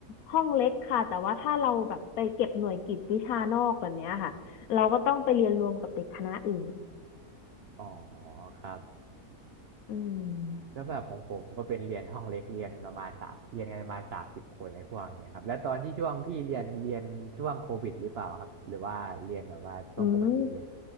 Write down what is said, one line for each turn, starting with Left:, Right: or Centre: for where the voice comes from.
Left: ห้องเล็กค่ะ แต่ว่าถ้าเราแบบไปเก็บหน่วยกิตวิชานอกแบบเนี้ยค่ะ เราก็ต้องไปเรียนรวมกับเด็กคณะอื่น
Right: อ๋อครับ
Left: อืม
Right: แล้วแบบของผมก็เป็นเรียนห้องเล็กเรียนประมาณสามเรียนกันประมาณสามสิบคนอะไรพวกเนี้ยครับแล้วตอนที่ช่วงที่เรียนเรียนช่วงโควิดหรือเปล่าครับหรือว่าเรียนแบบว่าช่วงปกติเลย
Left: อืม